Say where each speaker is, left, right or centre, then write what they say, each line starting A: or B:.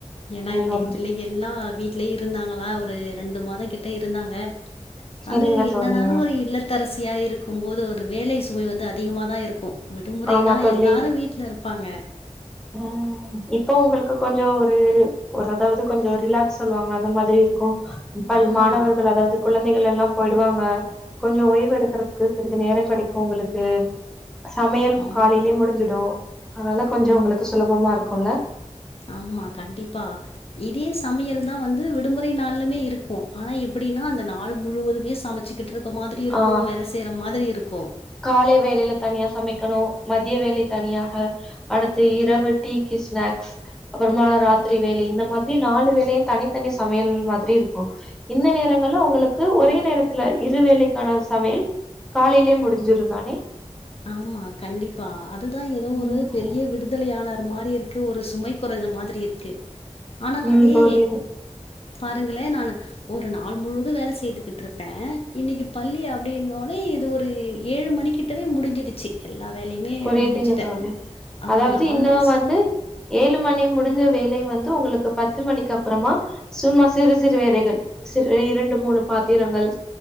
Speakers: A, on the left; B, in the centre.
A: ஏன்னா
B: ஓ
A: இன்னிக்கு
B: அப்
A: பிள்ளைக எல்லா வீட்லே இருந்தாங்களா ஒரு ரெண்டு மாத கிட்ட இருந்தாங்க
B: சரிங்க
A: அது என்னதான
B: தோழி
A: ஒரு இல்லத் தரசியா இருக்கும் போது ஒரு வேலை சுமை வந்து அதிகமா தா இருக்கு விடுமுறைனா
B: ஆமா தோழி
A: எல்லாரு வீட்ல இருப் பாங்க
B: ம் இப்போ உங்களுக்கு கொஞ்சோ ஒரு ஒரு அதாவது கொஞ்சோ ரிலாக்ஸ் சொல்லுவாங்க அந்த மாதிரி இருக்கு பல்
A: ஆமா
B: மாணவர்கள் அதாவது குழந்தைகள் எல்லா போயிடுவாங்க கொஞ்சோ ஓய்வு எடுக்கறக்கு சிறிது நேரோ கெடைக்கு உங்களுக்கு சமயலும்
A: ஆமா
B: காலைலே முடிஞ்சிடு அதனால கொஞ்ச
A: ம்
B: உங்களுக்கு சுலபமா இருக்குல
A: ஆமா கண்டிப்பா இதே சமயல் தா வந்து விடுமுறை நாள்லமே இருக்கு ஆனா எப்டின்னா அந்த நாள் முழுவதுமே சமச்சுக்கிட்ருக் க்கு மாதிரி இருக்கு
B: ஆ
A: வேல செய்ற மாதிரி இருக்கு
B: காலை வேலையில தனியா சமைக்கணு மதிய வேலை தனியாக அடுத்து இரவு டீக்கி ஸ்நாக்ஸ் அப்புறமா ராத்திரி வேலை இந்த மாதிரி நாலு வேலையும் தனித்தனி சமையல் மாதிரி இருக்கு இந்த நேரங்கள்ள உங்களுக்கு ஒரே நேரத்துல இரு வேளைக்கான சமையல் காலைலயே முடிஞ்சி திருந்தானே
A: ஆமா கண்டிப்பா அதுதா ஏதோ
B: ம்
A: ஒரு பெரிய விடுதலையானர் மாரி இருக் க்கு ஒரு சுமை குறைஞ்ச மாதிரி இருக்கு ஆனா
B: ம்
A: அதே
B: புரியுது
A: பாருங்களே நானு ஒரு நாள் முழுவது வேல செய்துகிட்ருப்ப இன்னக்கி பள்ளி அப்டின்னோனே இது ஒரு இ ஏழு மணிக்கிட்டவே முடிஞ்சிடுச்சி எல்லா வேலையுமே
B: புரியுதுங்க
A: முடிச்சிட்ட
B: தோழி
A: ஆஹ
B: அதாவது
A: நான்மிஸ்
B: இன்னு வந்து ஏழு மணி முடிஞ்ச வேலை வந்து உங்ளுக்கு பத்து மணிக்கு அப்பறமா சும்மா சிறு சிறு வேலைகள் சிறு இரண்டு மூணு பாத்திரங்கள்